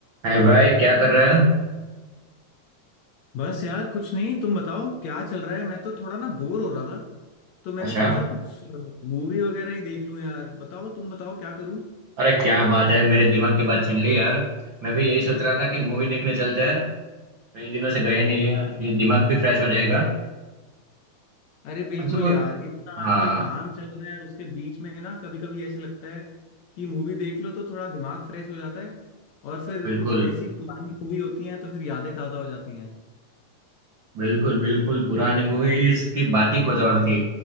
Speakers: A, on the right; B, on the left.
A: हाय भाई क्या कर रहा है
B: बस यार कुछ नहीं तुम बताओ क्या चल रहा है मैं तो थोड़ा ना बोर हो रहा था तो मैंने
A: अच्छा
B: सोचा कुछ मूवी वगैरह ही देख लूं यार बताओ तुम बताओ क्या करूं
A: अरे क्या बात है मेरे दिमाग की बात छीन ली यार मैं भी यही सोच रहा था कि मूवी देखने चलते हैं कई दिनों से गए नहीं है ये दिमाग भी फ्रेश हो जाएगा
B: अरे बिल्कुल
A: कौन सी मूवी
B: यार इतना आजकल
A: हाँ
B: काम चल रहा है उसके बीच में ना कभी कभी ऐसे लगता है कि मूवी देख लो तो थोड़ा दिमाग फ्रेश हो जाता है और फिर
A: बिल्कुल
B: कुछ ऐसी पुरानी मूवी होती हैं तो फिर यादें ताज़ा हो जाती हैं
A: बिल्कुल बिल्कुल पुरानी मूवीज की बात ही कुछ और थी